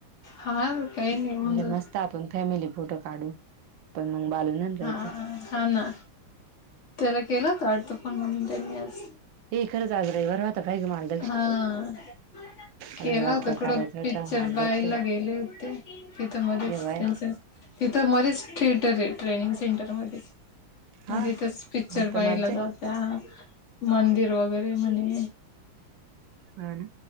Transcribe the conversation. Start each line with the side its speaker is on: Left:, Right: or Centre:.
Left: हा. काही नाही होऊन
Right: म्हणजे
Left: जात
Right: मस्त आपण फॅमिली, फोटो काडू. पण मग बालू नाही राहाचं.
Left: हा हा ना त्याला केलं का वाटत, पण म्हणून त्यांनी आज
Right: ए खरंच आज रविवार होता, पाह गं मामी.
Left: हा.
Right: रविवारच
Left: केला होता कुठं
Right: करायचं होतं
Left: पिच्चर,
Right: हा लक्ष
Left: पाहायला गेले होते. तिथं मध्येच
Right: ठेवाय
Left: त्यांच, तिथं मध्येच थिएटर हे. ट्रेनिंग सेंटर मध्ये,
Right: हा
Left: मग तिथंच पिच्चर
Right: मग तर
Left: पाहायला
Right: मज्जा
Left: जातो. त्या, मंदिर वगैरे म्हणे.
Right: हा ना,